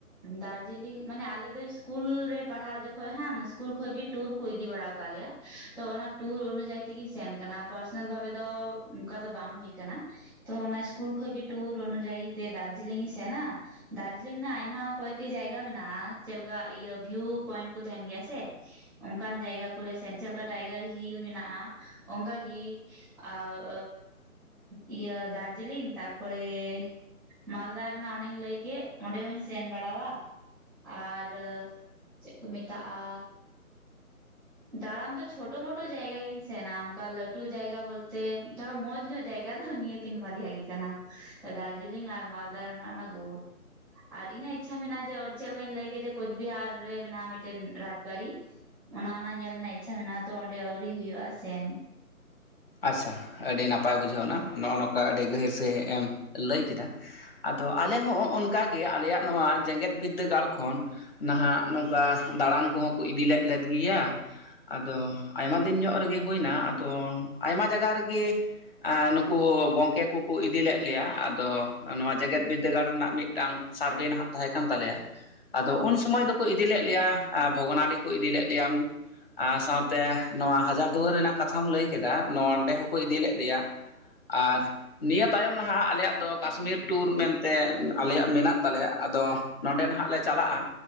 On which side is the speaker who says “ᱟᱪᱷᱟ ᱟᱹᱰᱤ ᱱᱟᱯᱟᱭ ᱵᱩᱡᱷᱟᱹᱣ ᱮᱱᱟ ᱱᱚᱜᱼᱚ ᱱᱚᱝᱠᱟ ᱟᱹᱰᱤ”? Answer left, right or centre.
Left